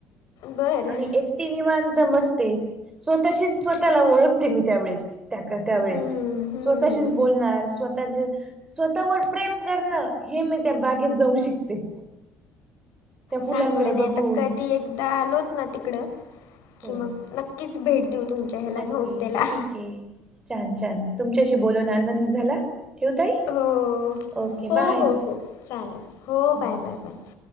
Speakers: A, on the left; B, on the right.
A: बरं
B: आणि एक- ती निवांत बसते स्वतःशीच स्वतःला ओळखते मी त्यावेळेस त्या का त्यावेेळेस-
A: हम्म हम्म.
B: स्वतःशीच बोलणार स्वतः जे- स्वतःवरच प्रेम करणं हे मी त्या बागेत जाऊन शिकते. त्या फुलांकडे
A: चांगलं आहे नाही
B: बघून
A: आता कधी एकदा आलोत ना तिकड
B: हो
A: कि मग नक्कीच- भेट देऊ तुमच्या हेला
B: नक्की
A: होस्टेलला -
B: ठीक आहे. छान छान तुमच्याशी बोलून आनंद झाला ठेवू ताई.
A: हो.
B: ओके बाय-
A: हो हो हो चालेल हो
B: हं.
A: Bye bye bye.